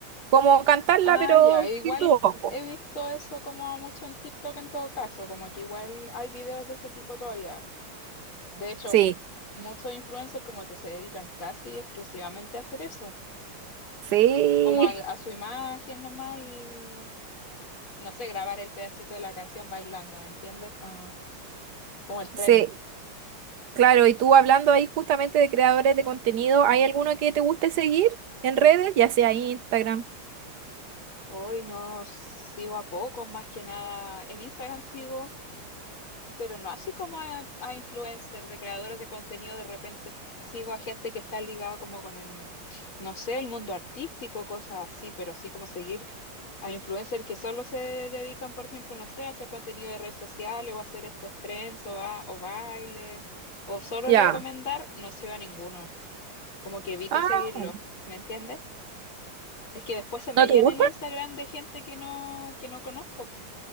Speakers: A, on the right (about 60°); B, on the left (about 70°).
A: como cantarla,
B: Ah,
A: pero
B: ya, igual
A: sin tu ojo.
B: he visto eso como mucho en TikTok en todo caso, como que igual hay videos de ese tipo todavía. De hecho,
A: Sí,
B: muchos influencers como que se dedican casi exclusivamente a hacer eso
A: sí,
B: como al- a, su imagen nomás y, y no sé, grabar el pedacito de la canción bailando, ¿me entiendes? Como, como el trend.
A: sí. Claro, y tú hablando ahí justamente de creadores de contenido, ¿hay alguno que te guste seguir en redes? Ya sea Instagram.
B: Hoy no sigo a pocos, más que nada. En Instagram sigo. pero no así como a, a influencers, de creadores de contenido, de repente sigo a gente que está ligada como con el, no sé, el mundo artístico, cosas así, pero así como seguir a influencers que solo se dedican, por ejemplo, no sé, a hacer contenido de redes sociales o a hacer estos trends o, a, o bailes, o solo
A: Ya.
B: recomendar, no sigo a ninguno, como que evito
A: Ah,
B: seguirlos,
A: bueno.
B: ¿me entiendes? Es que después se me
A: ¿No
B: llena
A: te gusta?
B: el Instagram de gente que no, que no conozco.